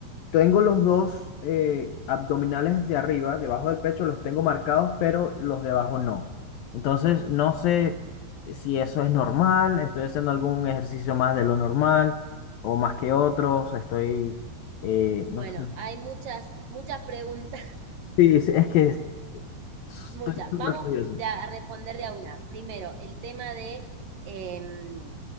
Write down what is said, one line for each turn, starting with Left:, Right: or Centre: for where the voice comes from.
Left: tengo los dos eh, abdominales de arriba, debajo del pecho, los tengo marcados, pero los de abajo no. Entonces, no sé si eso es normal, estoy haciendo algún ejercicio más de lo normal o más que otros, estoy, eh,
Right: bueno,
Left: no sé.
Right: hay muchas, muchas preguntas,
Left: Sí, sí, es que
Right: <laughs>
Left: estoy
Right: muchas.
Left: súper
Right: Vamos
Left: curioso.
Right: de a a responder de a una. Primero, el tema de em,